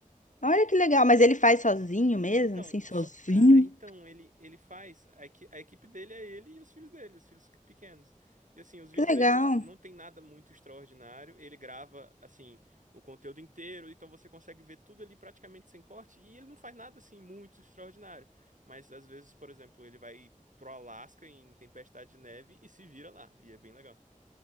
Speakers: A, on the left (about 65°); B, on the right (about 70°).
A: Olha que legal, mas ele faz sozinho mesmo,
B: Então,
A: assim, sozinho.
B: só, cara, então ele ele faz a, equi- a equipe dele é ele e os filhos dele, os filhos pequenos. E assim, os vídeos
A: Que legal.
B: dele não, não tem nada muito extraordinário. Ele grava assim o conteúdo inteiro, então você consegue ver tudo ali praticamente sem corte. E ele não faz nada assim muito extraordinário. Mas às vezes, por exemplo, ele vai pro Alasca em tempestade de neve e se vira lá. E é bem legal.